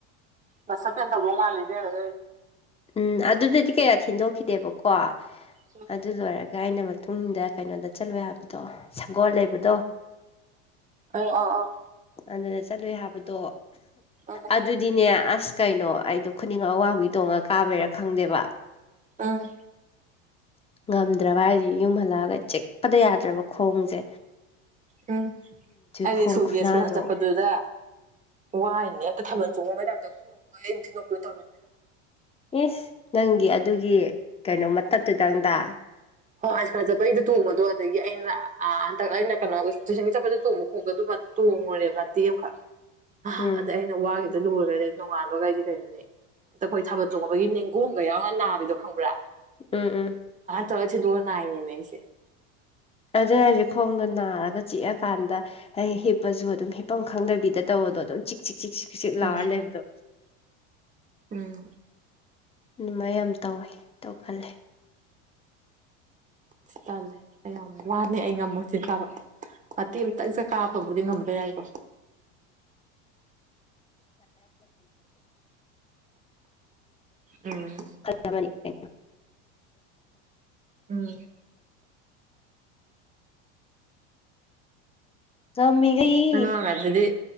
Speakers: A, on the right (about 20°); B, on the left (about 15°).
A: ꯃꯁꯜ ꯄꯦꯟ ꯇꯧꯗꯧ ꯃꯥꯜꯂꯦ ꯏꯕꯦꯝꯃꯥ
B: ꯎꯝ ꯑꯗꯨꯗꯗꯤ ꯀꯌꯥ ꯊꯤꯟꯗꯣꯛꯈꯤꯗꯦꯕꯀꯣ
A: ꯎꯝ
B: ꯑꯗꯨ ꯂꯣꯏꯔꯒ ꯑꯩꯅ ꯇꯨꯡꯗ ꯀꯩꯅꯣꯗ ꯆꯠꯂꯨꯏ ꯍꯥꯏꯕꯗꯣ ꯁꯒꯣꯜ ꯂꯩꯕꯗꯣ
A: ꯑꯩ ꯑꯣ ꯑꯣ
B: ꯑꯗꯨꯗ ꯆꯠꯂꯨꯏ ꯍꯥꯏꯕꯗꯣ
A: ꯑꯧ ꯎꯝ
B: ꯑꯗꯨꯗꯤꯅꯦ ꯑꯁ ꯀꯩꯅꯣ ꯑꯩꯗꯣ ꯈꯨꯠ ꯅꯤꯡ ꯑꯋꯥꯡꯕꯤ ꯇꯣꯡꯉ ꯀꯥꯕꯩꯔꯥ ꯈꯪꯗꯦꯕ
A: ꯑꯥ
B: ꯉꯝꯗ꯭ꯔꯕ ꯍꯥꯏꯖꯦ ꯌꯨꯝ ꯍꯜꯂꯛꯑꯒ ꯆꯤꯛꯄꯗ ꯌꯥꯗ꯭ꯔꯕ ꯈꯣꯡꯖꯦ
A: ꯎꯝ ꯑꯩꯗꯤ
B: ꯈꯣꯡ
A: ꯏ꯭ꯁꯀꯨꯜꯒꯤ
B: ꯈꯨꯅꯥꯗꯣ
A: ꯑꯁꯀꯔꯁꯜ ꯆꯠꯄ ꯑꯗꯨꯗ ꯋꯥꯏꯅꯦ ꯍꯦꯛꯇ ꯊꯥꯕꯜ ꯆꯣꯡꯉꯨꯕꯩ ꯇꯥꯞ ꯈꯣꯡꯝ ꯊꯤꯟꯗꯣꯛꯄꯤ ꯇꯧꯃꯤꯅꯦ
B: ꯏꯁ ꯅꯪꯒꯤ ꯑꯗꯨꯒꯤ ꯀꯩꯅꯣ ꯃꯇꯠꯗꯨꯨꯗꯪꯗ
A: ꯍꯣꯏ ꯑꯁꯀꯥꯁꯟ ꯆꯠꯄꯩꯗ ꯇꯣꯡꯕꯗꯣ ꯑꯗꯒꯤ ꯑꯩꯅ ꯑ ꯍꯟꯗꯛ ꯑꯩꯅ ꯀꯩꯅꯣ ꯇꯨꯏꯁꯟꯒꯤ ꯆꯠꯄꯗ ꯇꯣꯡꯕ ꯈꯣꯡꯎꯞꯂꯣ ꯑꯗꯨ ꯇꯣꯡꯉꯨꯔꯦ ꯃꯇꯦꯛ ꯑꯃꯈꯛ
B: ꯎꯝ
A: ꯑꯗ ꯑꯩꯅ ꯋꯥꯒꯤ ꯂꯣꯏꯒꯔꯦ ꯅꯣꯡꯉꯥꯟꯕ ꯑꯩꯗꯤ ꯀꯩꯅꯣꯅꯦ ꯑꯇ ꯑꯩꯈꯣꯏ ꯊꯥꯕꯜ ꯆꯣꯡꯕꯒꯤ ꯅꯤꯡꯒꯣꯡꯒ ꯌꯥꯎꯅ ꯅꯥꯕꯤꯗꯣ ꯈꯪꯕ꯭ꯔꯥ
B: ꯎꯝ ꯎꯝ
A: ꯇꯥ ꯊꯤꯟꯗꯣꯛꯑ ꯅꯥꯏꯅꯦꯃꯤ ꯑꯩꯁꯦ
B: ꯑꯗꯨꯅꯦ ꯍꯥꯏꯁꯦ ꯈꯣꯡꯗꯣ ꯅꯥꯔꯒ ꯆꯤꯛꯑꯀꯥꯟꯗ ꯍꯥꯏ ꯍꯤꯞꯄꯁꯨ ꯑꯗꯨꯝ ꯍꯤꯞꯄꯝ ꯈꯪꯗꯕꯤꯗ ꯇꯧꯕꯗꯣ ꯑꯗꯨꯝ ꯆꯤꯛ-ꯆꯤꯛ ꯆꯤꯛ-ꯆꯤꯛ ꯆꯤꯛ
A: ꯎꯝ
B: ꯂꯥꯎꯔ ꯂꯩꯕꯗꯣ
A: ꯎꯝ
B: ꯎꯃ ꯃꯌꯥꯝ ꯇꯧꯋꯦ ꯇꯧꯈꯠꯂꯦ
A: ꯁꯤ ꯇꯜꯂꯦ ꯑꯩꯌꯥꯝ ꯋꯥꯅꯦ ꯑꯩ ꯉꯝꯃꯣꯏ ꯆꯤꯡ ꯀꯥꯕ ꯃꯇꯦꯛ ꯑꯝꯇꯪ ꯆ ꯀꯥꯕꯕꯨꯗꯤ ꯉꯝꯕ ꯌꯥꯏꯀꯣ ꯎꯝ
B: ꯅꯤ <inaudible> <unintelligible>
A: ꯎꯝ
B: ꯆꯥꯎ ꯃꯤꯒꯩ
A: ꯑꯉꯥꯡꯑꯣꯏꯉꯥꯏꯗꯗꯤ